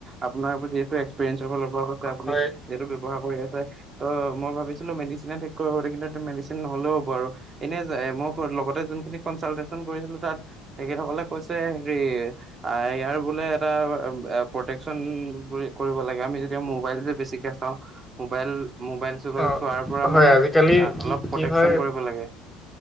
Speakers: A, on the right; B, in the centre.
A: আপোনাৰ যহু এক্সপৰিয়েঞ্চ ফালৰ পৰা আপুনি
B: হয়
A: সেইটো <unintelligible> মই ভাবিছিলো মেডিচিনে ঠিক কৰিব কিন্তু মেডিচিন নহলেও হ'ব আৰু এনে মই লগতে যোনখিনি কনচালটেচন কৰিছিলো তাত তেখেতসকলে কৈছে হেৰি ইয়াৰ বোলে এটা প্ৰটেকচন বুলি লাগে আমি যতিয়া মোৱাইল যে বেছিকে চাওঁ মোবাইল মোবাইল চোবাইল
B: অ
A: চোৱাৰ পৰা
B: হয়
A: মানে
B: আজিকালি
A: আহ
B: কি
A: অলপ প্ৰটেকচন
B: কি হয়
A: কৰিব লাগে